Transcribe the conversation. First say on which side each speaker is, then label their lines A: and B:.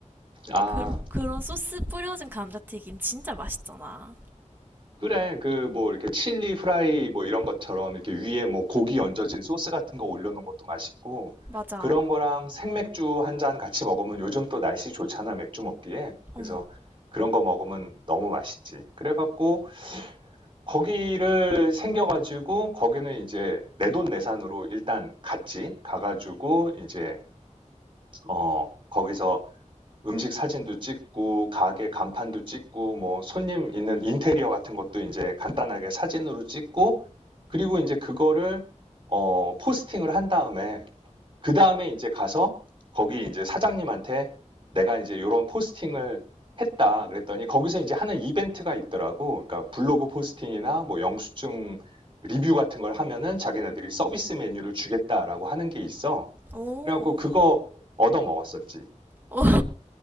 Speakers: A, on the right; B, on the right.
A: 아.
B: 그, 그런 소스 뿌려진 감자튀김 진짜 맛있잖아.
A: 그래, 그, 뭐, 이렇게 칠리 프라이, 뭐, 이런 것처럼, 이렇게 위에 뭐, 고기 얹어진 소스 같은 거 올려놓은 것도 맛있고,
B: 맞아.
A: 그런 거랑 생맥주 한 잔 같이 먹으면 요즘 또 날씨 좋잖아, 맥주 먹기에. 그래서
B: 음.
A: 그런 거 먹으면 너무 맛있지. 그래갖고, 거기를 생겨가지고, 거기는 이제 내돈내산으로 일단 갔지. 가가지고, 이제, 어, 거기서 음식 사진도 찍고, 가게 간판도 찍고, 뭐 손님 있는 인테리어 같은 것도 이제 간단하게 사진으로 찍고, 그리고 이제 그거를 어, 포스팅을 한 다음에, 그 다음에 이제 가서 거기 이제 사장님한테 내가 이제 이런 포스팅을 했다 그랬더니 거기서 이제 하는 이벤트가 있더라고. 그러니까 블로그 포스팅이나 뭐 영수증 리뷰 같은 걸 하면은 자기네들이 서비스 메뉴를 주겠다라고 하는 게 있어.
B: 오.
A: 그래갖고 그거 얻어 먹었었지.
B: 어,